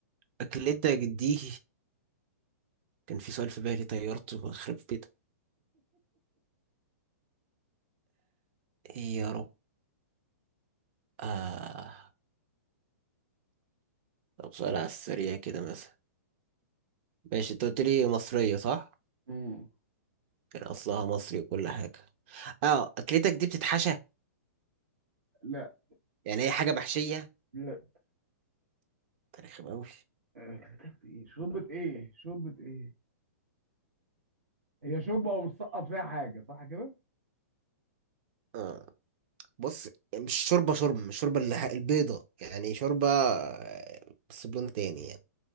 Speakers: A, on the right; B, on the right.
A: اكلتك دي كان في سؤال في بالي طيرته بخرب بيتك إيه يا رب آه. طب سؤال على السريع كده مثلا ماشي انت قلت لي مصرية صح؟
B: أمم.
A: كان أصلها مصري وكل حاجة اه أكلتك دي بتتحشى؟
B: لا
A: يعني هي حاجة محشية؟
B: لا
A: تاريخ أوي
B: اكلتك دي ايه شوربة ايه شوربة ايه هي شوربة ومسقط فيها حاجة صح كده
A: اه بص مش شوربة شوربة مش شوربة اللي ه- <laughs> البيضة يعني شوربة آه، بس بلون تاني يعني